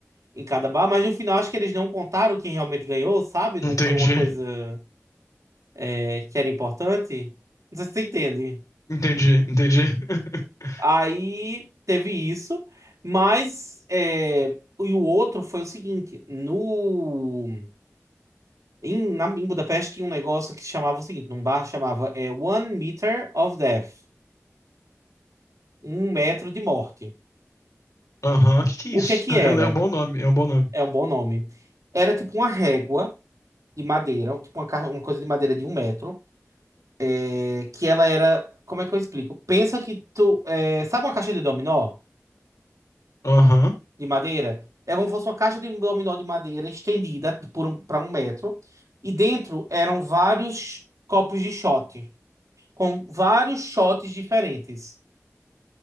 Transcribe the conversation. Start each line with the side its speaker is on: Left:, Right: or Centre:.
Right: em cada bar. Mas no final, acho que eles não contaram quem realmente ganhou, sabe?
Left: Entendi.
Right: Não foi uma coisa, é, que era importante. Não sei se você entende.
Left: Entendi, entendi. <laughs>
Right: Aí teve isso, mas é, e o outro foi o seguinte, no em, na, em Budapeste tinha um negócio que chamava o seguinte, num bar chamava é, One Meter of Death, um metro de morte.
Left: Aham. Que que é
Right: O
Left: isso?
Right: que é que
Left: É,
Right: era?
Left: é um bom nome, é um bom nome.
Right: É um bom nome. Era tipo uma régua de madeira, tipo uma, ca- uma coisa de madeira de um metro, é, que ela era, como é que eu explico? Pensa que tu, é, sabe uma caixa de dominó?
Left: Aham.
Right: de madeira. É como se fosse uma caixa de um dominó de madeira estendida por um, para um metro. E dentro eram vários copos de shot, com vários shots diferentes,